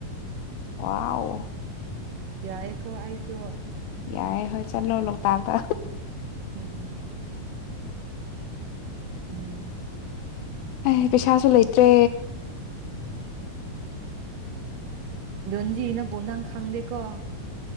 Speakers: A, on the left; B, on the right.
A: ꯋꯥ ꯑꯣ
B: ꯌꯥꯏꯀꯣ ꯋꯥꯏꯁ
A: ꯌꯥꯏꯦ ꯍꯣꯏ ꯆꯠꯂꯣ ꯂꯣꯛꯇꯥꯛꯇ
B: ꯎꯝ ꯎꯝ
A: ꯑꯩ ꯄꯩꯁꯥꯁꯨ ꯂꯩꯇ꯭ꯔꯦ
B: ꯟꯖꯤꯅ ꯣꯅꯥꯅ ꯈꯥꯡꯪꯗꯦꯀꯣ